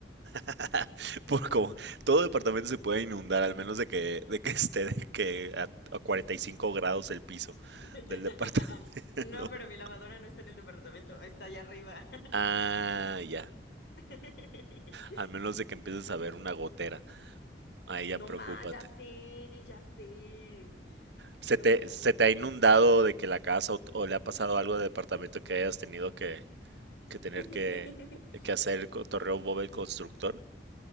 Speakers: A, on the right (about 65°); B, on the left (about 65°).
A: <laughs> Por como todo departamento se puede inundar, al menos de que, de que esté de que a, a 45 grados el piso
B: <laughs>
A: del departamento.
B: No, pero
A: <laughs>
B: mi lavadora no está en el departamento, está allá arriba.
A: Ah, ya.
B: <laughs>
A: Al menos de que empieces a ver una gotera. Ahí ya
B: No
A: preocúpate.
B: más, ya sé, ya sé.
A: ¿Se
B: No,
A: te, se
B: qué
A: te
B: fuerte.
A: ha inundado de que la casa o, o le ha pasado algo al departamento que hayas tenido que, que tener
B: <laughs>
A: que, que hacer el torreo Bob el constructor?